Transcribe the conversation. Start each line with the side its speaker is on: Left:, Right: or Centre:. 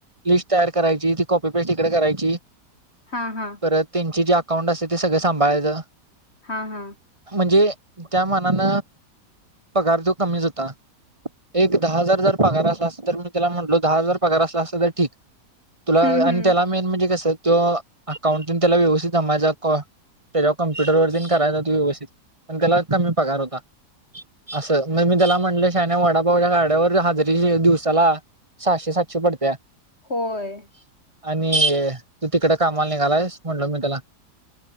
Right: लिस्ट तयार कराय <unintelligible> पेस्ट त इकडे करायची
Left: हा हा
Right: परत त्यांची जे अकाउंट असते ते सगळं सांभाळायचं.
Left: हां हां
Right: म्हणजे त्या मनान पगार जो कमीच होता. एक दहा हजार जर पगार असला असत तर मी त्याला म्हटलो दहा हजार पगार असला असत तर ठीक. तुला
Left: हम्म
Right: आणि
Left: हम्म
Right: त्याला मेन म्हणजे कस तो अकाउंटिंग त्याला व्यवस्थित माझा त्याच्यावर कम्प्युटर वरती करायलावती व्यवस्थित पण त्याला कमी पगार होता. असं मग मी त्याला म्हटलं शाहण्या वडापावच्या गाड्यावर हजरी दिवसाला सहाशे सातशे पडतेय.
Left: होय
Right: आणि तू तिकडे कामाला निघालायस म्हटल मी त्याला.